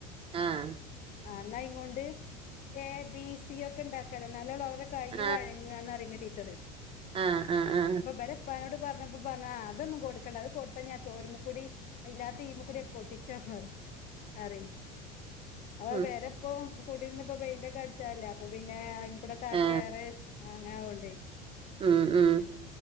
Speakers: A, on the right; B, on the left.
A: ആഹ്
B: ആഹ് ഇന്നാ അയ്നോണ്ട് എ ബി സി ഒക്കെ ഉണ്ടാകാലോ ഇന്നാലല്ലേ അവരെ കയ്യ്
A: ആ
B: വഴങ്ങാന്ന് പറിന് ടീച്ചറ്
A: ആ ആ ആ
B: അപ്പൊ ഇബരെ പ്പാനോട് പറഞ്ഞപ്പോ പറഞ്ഞ അതൊന്നും കൊടുക്കണ്ട അത് കൊട്ത്താ ഇഞ്ഞി ആ ചോരുമ്മക്കൂടി അയ് ഇല്ലാത്ത ഈ കൂടി ഒക്കെ ഒട്ടിച്ചാ പറി അറിം അപ്പ
A: ഉം
B: പെര ഇപ്പോ കൂടിര്ന്ന് ഇപ്പോ പെയിന്റ് ഒക്കെ അടിച്ചതല്ലേ അപ്പൊ പിന്നെ അയിൻമകൂടൊക്കെ ആര്ക്കെ
A: ആ
B: ഏറെ ആഹ് അങ്ങനെ ആവോണ്ടേ
A: ഉം ഉം